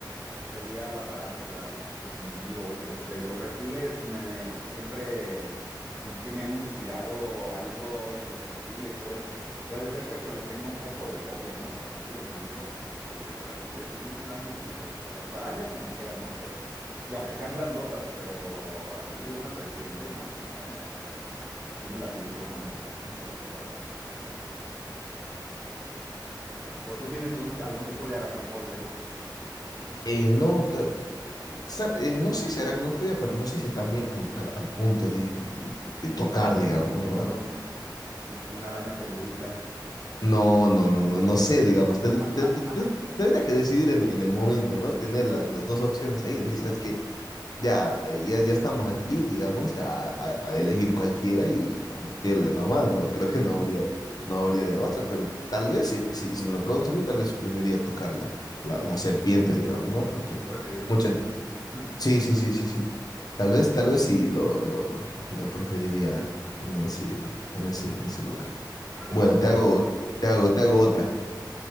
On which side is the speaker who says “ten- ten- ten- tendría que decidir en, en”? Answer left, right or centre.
Left